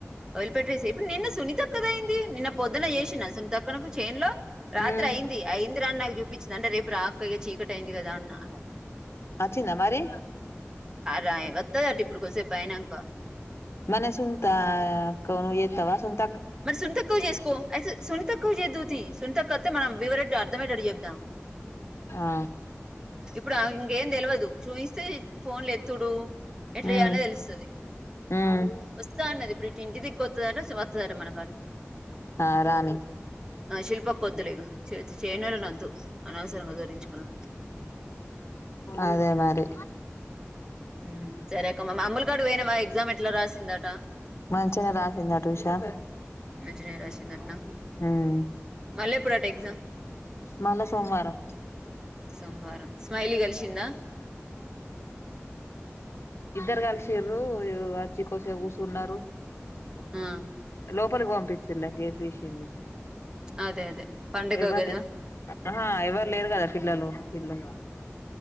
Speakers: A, on the right; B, on the left.
A: వదిలిపెట్టేసేయి ఇప్పుడు నిన్న సునీత <unintelligible> ఎంది నిన్న పొద్దున చెస్ <unintelligible> సునీతాక్కకి చెన్లో రాత్రి
B: మ్మ్
A: అయింది అయింది రా అని నాకు పప్పించిందింటే రేపు రా అక్క ఇగ చీకటి అయింది కదా అన్న అలా
B: అచ్చింద మరి
A: రా వత్తదట ఇప్పుడు కొద్దిసేపు అయినాక
B: మన సుంతా <unintelligible>
A: మరి సునీతక్కకి చేసుకో అయితే సునీతక్క కి చేదువు తి సునీతక్క వత్తే మనం వివరంగా అర్థమయ్యేటట్టు చెప్దాం
B: ఆ
A: ఇప్పుడు ఆమెకి ఇంకేం తెల్వదు చూయిస్తే ఫోన్లు ఎత్తుడు ఎట్లా
B: మ్మ్
A: చేయాల్నో తెలుస్తది
B: మ్మ్
A: వస్తా అన్నది ఇప్పుడు ఇంటి దిక్కు వస్తదంట సరే మనం ఆ
B: ఆ రాని
A: ఆ శిల్పక్క కొద్దులే ఇగ చే-చేయనోళ్లని వద్దు అనవసరంగా గురించుకున్
B: అదే మరి
A: ఉమ్, సరే అక్క మా అమ్ముల కాడికి పోయినావా ఎగ్జామ్ ఎట్లా రాసిందట
B: మంచినే రాసిందటు ఉషా
A: మంచినే రాశినందట్న
B: మ్మ్
A: మళ్ళీ ఇప్పుడు అంట ఎక్సమ్
B: మళ్ళా సోమవారం
A: సోమవారం స్మైలీ కలిసిందా
B: ఇద్దరు కలిసిరు వచ్చి కోసే కూర్చున్నారు
A: ఆ,
B: లోపలి పోం ప్పచ్చలాంగే రషని
A: అదే అదే పండగ
B: ఎవరు
A: కదా
B: లేరు హా ఎవరు లేరు కదా పిల్లలు ఇల్లగా